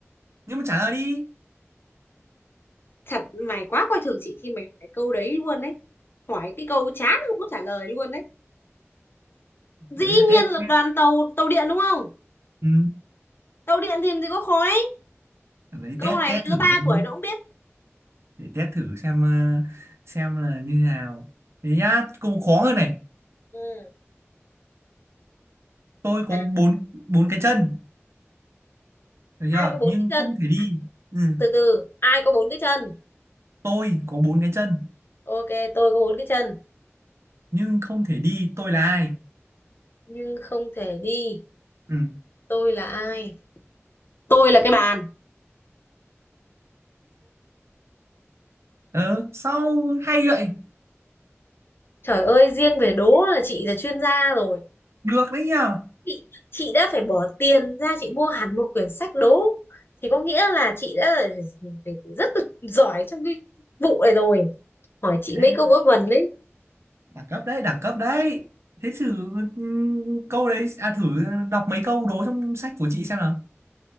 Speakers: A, on the right; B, on the left.
A: Nhưng mà trả lời đi.
B: thật mày quá coi thường chị khi mày hỏi câu đấy luôn đấy. Hỏi cái câu chán không có trả lời luôn đấy.
A: Đấy
B: Dĩ
A: là
B: nhiên
A: test
B: là
A: test.
B: đoàn tàu tàu điện đúng không?
A: Ừ.
B: Tàu điện thì làm gì có khói.
A: đấy
B: Câu
A: test
B: này
A: test
B: đứa
A: thử
B: 3 tuổi
A: thôi
B: nó cũng biết.
A: để test thử xem ờ, xem là như thế nào thế nhá cũng khó hơn này
B: Ừ.
A: tôi có
B: À,
A: bốn bốn cái chân được
B: ai
A: chưa
B: có bốn
A: nhưng
B: cái chân?
A: không thể đi ừ.
B: Từ từ, ai có bốn cái chân?
A: tôi có bốn cái chân
B: Ok, tôi có bốn cái chân
A: nhưng không thể đi tôi là ai
B: nhưng không thể đi.
A: ừ.
B: Tôi là ai? Tôi là cái bàn.
A: ờ sau hay vậy
B: Trời ơi, riêng về đố là chị là chuyên gia rồi.
A: được đấy nhờ
B: Chị, chị đã phải bỏ tiền ra chị mua hẳn một quyển sách đố. Thì có nghĩa là chị đã là rất là giỏi trong cái vụ này rồi. Hỏi chị
A: đấy,
B: mấy câu vớ vẩn đấy.
A: đẳng cấp đấy đẳng cấp đấy thế thử ừ, câu đấy à thử đọc mấy câu đố trong sách của chị xem nào